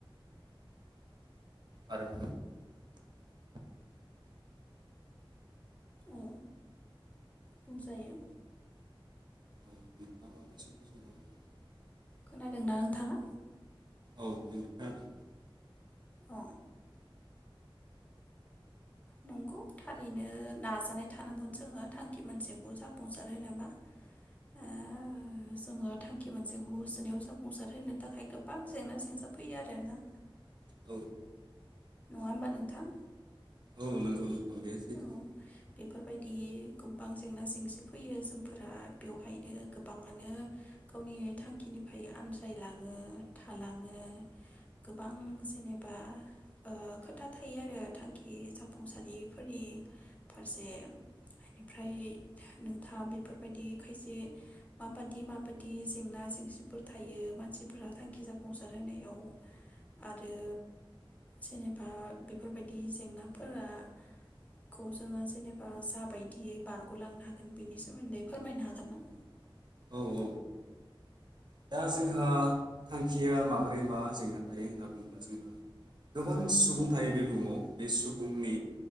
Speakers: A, on the right; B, on the left.
A: आरो <inaudible>
B: औ बुंजायो
A: <inaudible>
B: खोनादोंना नोंथाङा?
A: औ नोंथाङानो।
B: अ नंगौ थारैनो नाजानाय थानांगोन जोङो थांखि मोनसेखौ जाफुंसार होनोबा ओ जोङो थांखि मोनसेखौ होसोनायाव जाफुंसार होनो थाखाय गोबां जेंना जेंसा फैयो आरोना
A: औ <inaudible>
B: नङा होमबा नोंथां
A: औ नंगौ नोंथां बे सैथो
B: औ बेफोरबायदियै गोबां जेंना-जेंसि फैयो जोंफोरा बेवहायनो गोबाङानो गावनि थांखिनिफ्राय आनज्रायलाङो थालाङो गोबां जेनेबा ओ खोथा थायो आरो थांखि जाफुंसारि फोरनि फारसे बेनिफ्राय नोंथाङा बेफोरबायदि खायसे माबादि माबादि जेंना-जेंसिफोर थायो मानसिफोरा थांखि जाफुंसार होनायाव आरो जेनेबा बेफोरबायदि जेंनाफोरा खौ जोङो जेनेबा जा बायदियै बारगलांनो हागोन बेनि सोमोन्दै फोरमायनो हागोन ना
A: औ औ दा जोंहा थांखिया माबोरै मा जेंना थायो होनना बुङोब्ला जों गोबां सुबुं थायो बे बुहुमाव बे सुबुंनि